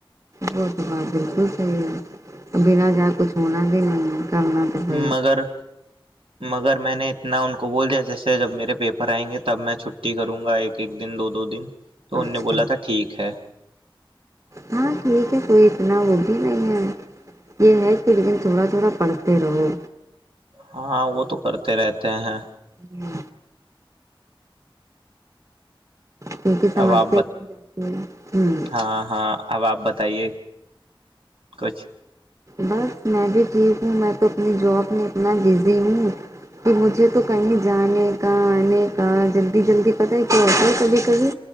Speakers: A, on the right; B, on the right.
A: وہ تو بات بالکل صحیح ہے ا بنا جائے کچھ ہونا بھی نہیں ہے کرنا تو صحیح ہے
B: مگر مگر میں نے اتنا ان کو بول دیا جیسے جب میرے پیپر آئیں گے تب میں چھٹی کروں گا ایک ایک دن دو دو دن تو ان
A: اچھا
B: نے بولا تھا ٹھیک ہے
A: ہاں ٹھیک ہے کوئی اتنا وہ بھی نہیں ہے یہ ہے کہ لیکن تھوڑا تھوڑا پڑھتے رہو
B: ہاں وہ تو کرتے رہتے ہیں
A: ہوں کیونکہ سمسیا
B: اب آپ بتا
A: یہ جاتی ہے ہ
B: ہاں ہاں اب آپ بتائیے کچھ
A: بس میں بھی ٹھیک ہوں میں تو اپنی جاب میں اتنا بزی ہوں کہ مجھے تو کہیں جانے کا آنے کا جلدی جلدی پتہ ہے کیا ہوتا ہے کبھی کبھی